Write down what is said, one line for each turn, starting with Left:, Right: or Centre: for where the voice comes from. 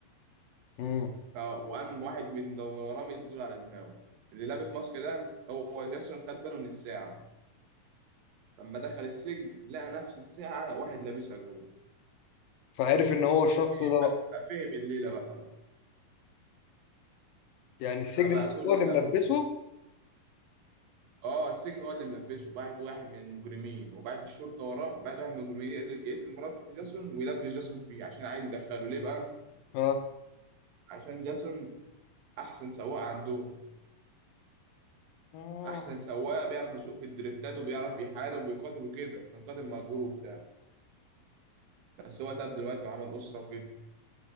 Left: امم
Right: اه وقام واحد من ده من وراه مديله على دماغه اللي لابس ماسك ده هو جاسون خد باله من الساعة لما دخل السجن لقى نفس الساعة واحد لابسها جوه
Left: فعارف ان هو الشخص ده
Right: فهم بقى
Left: بقى
Right: ففهم الليلة بقى
Left: يعني السجن
Right: فبقى
Left: نفسه
Right: كل
Left: هو اللي
Right: همه
Left: ملبسه
Right: اه السجن هو اللي ملبسه بعت واحد من المجرمين وبعت الشرطة وراه بعت واحد من المجرمين يقتل يقتل مرات جاسون ويلبس جاسون فيه عشان عايز يدخله ليه بقى؟
Left: اه
Right: عشان جاسون أحسن سواق عندهم
Left: آه.
Right: أحسن سواق بيعرف يسوق في الدريفتات وبيعرف يحارب ويقاتل وكده كان قاتل مأجور وبتاع بس هو تاب دلوقتي وعمل أسرة وكده